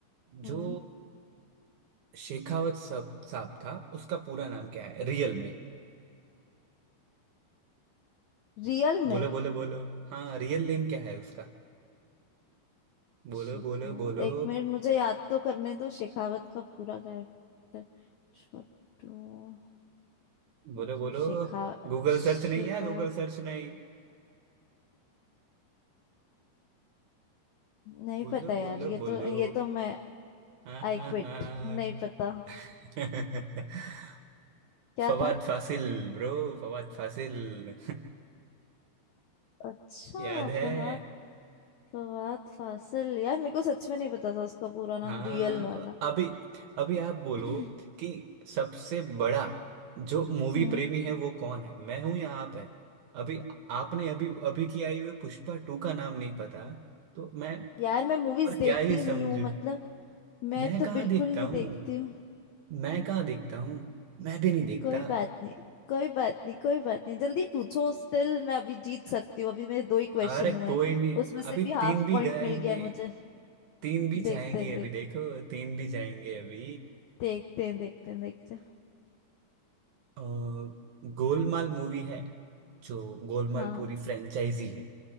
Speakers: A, on the left; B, on the right.
A: हम्म
B: जो शेखावत साहब साहब था उसका पूरा नाम क्या है रियल में
A: रियल में
B: बोलो बोलो बोलो हाँ रियल नेम क्या है उसका बोलो
A: शेखावत
B: बोलो बोलो
A: एक मिनट मुझे याद तो करने दो शेखावत का पूरा कैरेक्टर पुष्पा टू मैं
B: बोलो
A: जो
B: बोलो
A: शिखा
B: गूगल
A: शिखा
B: सर्च नहीं है गूगल सर्च नहीं
A: नहीं
B: बोलो
A: पता यार
B: बोलो
A: ये तो
B: बोलो
A: ये तो मैं
B: हाँ
A: आई
B: हाँ
A: क्विट
B: हाँ
A: नहीं पता
B: <laughs>
A: क्या
B: फवाद
A: था
B: फासिल ब्रो फवाद फासिल
A: अच्छा
B: <laughs> याद है
A: फहद फवाद फासिल यार मेरे को सच में नहीं पता था उसका पूरा
B: हाँ
A: नाम रियल वाला
B: अभी अभी आप बोलो
A: <clears throat>
B: कि सबसे बड़ा जो मूवी
A: हम्म
B: प्रेमी है वो कौन है मैं हूं या आप है अभी आपने अभी अभी की आई हुई पुष्पा टू का नाम नहीं पता तो मैं
A: यार मैं मूवीज
B: और
A: देखती
B: क्या ही समझू
A: नहीं हूँ मतलब मैं
B: मैं
A: तो
B: कहाँ
A: बिल्कुल
B: देखता
A: नहीं
B: हूँ
A: देखती हूँ
B: मैं कहाँ देखता हूँ मैं भी नहीं देखता
A: कोई बात नहीं कोई बात नहीं कोई बात नहीं जल्दी पूछो स्टिल मैं अभी जीत सकती हूँ अभी मेरे दो ही
B: <laughs>
A: क्वेश्चन
B: अरे
A: हुए
B: कोई
A: हैं
B: नहीं
A: उसमें
B: अभी
A: से भी हाफ
B: तीन भी
A: पॉइंट
B: गएंगे
A: मिल गया है मुझे
B: तीन भी
A: देखते
B: जाएंगे
A: हैं देखते
B: अभी देखो
A: हैं।
B: तीन भी जाएंगे अभी
A: देखते हैं देखते हैं देखते हैं
B: अ, गोलमाल मूवी है जो गोलमाल
A: हाँ
B: पूरी फ्रेंचाइजी है